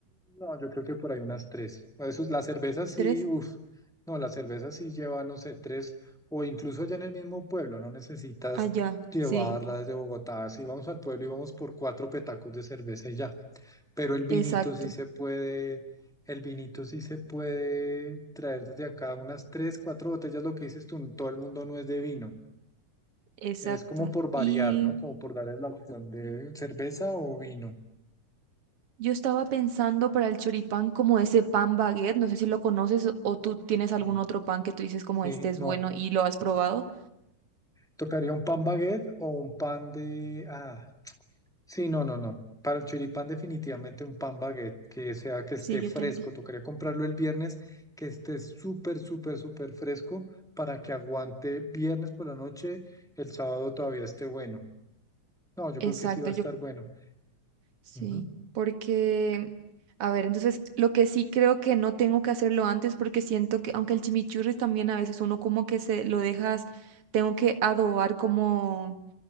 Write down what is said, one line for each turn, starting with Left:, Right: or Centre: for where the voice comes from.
Centre: No, yo creo que por ahí unas tres. Eso, es- la cerveza sí,
Right: ¿Tres?
Centre: uff, no, la cerveza sí lleva, no sé, tres, o incluso allá en el mismo pueblo, no necesitas
Right: Allá.
Centre: llevarla
Right: Sí.
Centre: desde Bogotá. Si vamos al pueblo y vamos por cuatro petacos de cerveza y ya. Pero el vinito
Right: Exacto.
Centre: sí se puede, el vinito sí se puede traer desde acá unas tres, cuatro botellas, lo que dices tú, todo el mundo no es de vino.
Right: Exacto.
Centre: Es como por variar,
Right: Y
Centre: ¿no? Como por darles la opción de cerveza o vino.
Right: yo estaba pensando para el choripán como ese pan baguette. No sé si lo conoces o tú tienes algún
Centre: Mm.
Right: otro pan que tú dices como
Centre: Sí,
Right: este es
Centre: no,
Right: bueno y lo has probado.
Centre: Tocaría un pan baguette o un pan de... Ah, sí, no, no, no. Para el choripán definitivamente un pan baguette, que sea que esté
Right: Sí, yo
Centre: fresco.
Right: también.
Centre: Tocaría comprarlo el viernes, que esté súper, súper, súper fresco para que aguante viernes por la noche, el sábado todavía esté bueno. No, yo
Right: Exacto,
Centre: creo que sí va a
Right: yo
Centre: estar bueno.
Right: sí,
Centre: Ujú,
Right: porque, a ver, entonces lo que sí creo que no tengo que hacerlo antes porque siento que, aunque el chimichurri también a veces uno como que se lo dejas, tengo que adobar como,